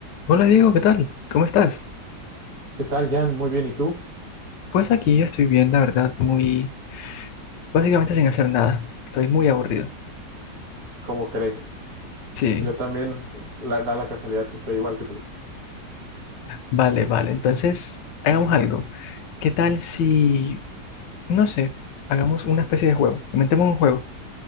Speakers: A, on the left (about 80°); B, on the right (about 50°).
A: Hola Diego, ¿qué tal? ¿Cómo estás?
B: ¿Qué tal, Jan? Muy bien, ¿y tú?
A: Pues aquí yo estoy bien, la verdad, muy... básicamente sin hacer nada. Estoy muy aburrido.
B: ¿Cómo crees?
A: Sí,
B: Yo también, eh, la- da la casualidad que estoy igual que tú.
A: vale, vale. Entonces, hagamos algo. ¿Qué tal si, no sé, hagamos una especie de juego? Inventemos un juego.